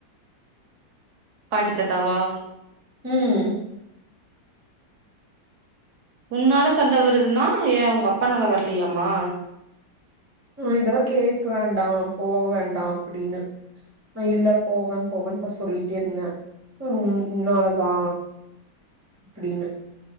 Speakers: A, on the right; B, on the right.
A: பாட்டி தாத்தாவா
B: ம்
A: உன்னால சண்ட வருதுனா ஏன் உங்க அப்பனால வர்லையாமா
B: ஆ இதெல்லா கேக்க வேண்டா போக வேண்டா அப்டின்னு நா இல்ல போவ போவன் ஃபஸ் சொல்லிட்டே இர்ந்த உன் உன்னாலதா அப்புடின்னு